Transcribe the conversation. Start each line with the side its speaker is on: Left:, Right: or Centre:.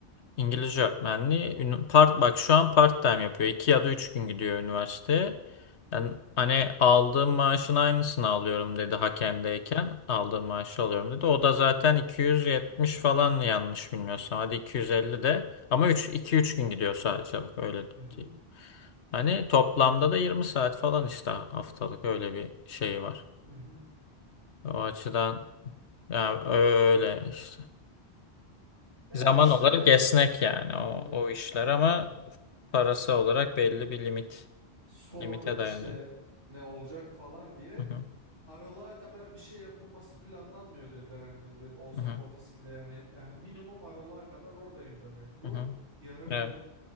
Left: İngilizce öğretmenliği. Ünü- Part, bak şu an part time yapıyor. İki ya da üç gün gidiyor üniversiteye. Yani hani aldığım maaşın aynısını alıyorum dedi Haken'deyken. Aldığım maaşı alıyorum dedi. O da zaten 270 falan yanlış bilmiyorsam. Hadi 250 de. Ama üç iki üç gün gidiyor sadece bak öyle
Right: Hı hı,
Left: diyeyim. Hani toplamda da 20 saat falan işte haftalık öyle bir şey var.
Right: hı hı.
Left: O açıdan yani öyle işte.
Right: Ya
Left: Zaman
Right: işte
Left: olarak esnek yani o,
Right: e,
Left: o işler ama
Right: e,
Left: parası olarak belli bir limit
Right: sordum
Left: limite dayanıyor.
Right: işte ne olacak falan diye
Left: Hı hı,
Right: aralığa kadar bir şey yapılması planlanmıyor dediler hani bir Osaka
Left: hı hı,
Right: ofisinde yani, yani minimum aralığa kadar oradayım demek bu
Left: hı hı.
Right: yarım
Left: Evet,
Right: yıl